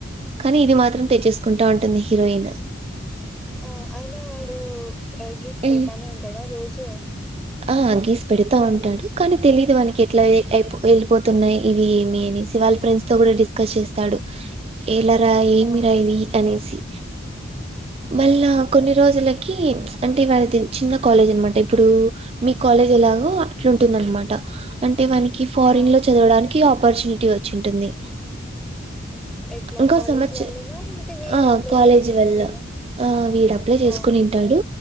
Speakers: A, on the right (about 30°); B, in the centre.
A: కానీ ఇది మాత్రం
B: ఉమ్
A: తెచ్చేసుకుంటా ఉంటుంది హిరోయిన్
B: ఆ అయినా వాడు గీస్ పెడతనే
A: హ్మ్.
B: ఉంటాడా రో జు
A: ఆ గీసి పెడతా ఉంటాడు కానీ తెలిదు వానకి ఎట్లా అయిపో వెళ్ళిపోతున్నాయి ఇవి ఏమి అనేసి వాళ్ళ ఫ్రెండ్స్ తో కూడా డిస్కస్ చేస్తాడు ఏలరా ఏమిరా
B: ఆ
A: ఇవి అనేసి మళ్ళా
B: ఆ
A: కొన్ని రోజుల కీ అంటే వాళది చిన్న కాలేజ్ అనమాట ఇప్పుడు మీ కాలేజ్ ఎలాగో అట్లుంటుందన్నమాట అం టె వానికి ఫారిన్
B: ఆ
A: లో చదవడానికి అప్ పర్చునిటీ వచ్చింటుంది
B: ఎట్లా
A: ఇంకో
B: కాలేజ్
A: సంవత్సరం
B: వాళ్ళేనా లేకుంటే వీడు
A: ఆ
B: అప్లై
A: కాలేజీ
B: చేసుకునింటాడా
A: వల్ల ఆ వీడు అప్లై చేసుకునింటాడు
B: ఆ